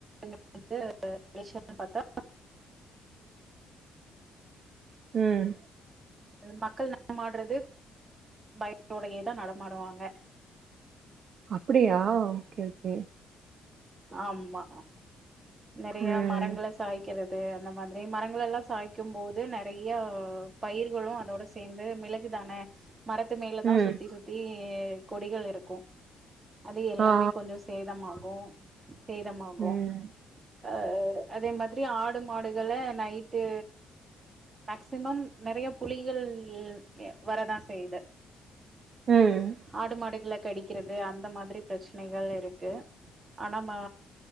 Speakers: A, on the right; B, on the right.
A: ஞ்சோ வெளைச்சல்னு பாத்தா <inaudible>
B: உம்
A: அது மக்கள் நடமாடறது பயதோடயேதா நடமாடுவாங்க
B: அப்டியா ஓகே ஓகே
A: ஆமா நெறைய
B: ம்
A: மரங்கள சாய் வெக்கிறது அந்த மாதிரி மரங்கள எல்லா சாய்கும் போது நெறைய பயிர்களு அதோட சேந்து மிளகுதானே மரத்து மேல தா
B: ம்
A: சுத்தி சுத்தி கொடிகள் இருக்கு அது எல்லாமே
B: ஆ ஆ
A: கொஞ்சோ சேதமாக் கு சேதமாகு
B: ம்
A: ஆஹ் அதே மாதிரி ஆடு மாடுகள நைட்டு மேக்சிமம் நெறைய புலிகள் எ வரதா செய்து
B: ம்
A: ஆடு மாடுகல கடிக்கிறது அந்த மாதிரி பிரச் சனைகள் இருக்கு ஆன மா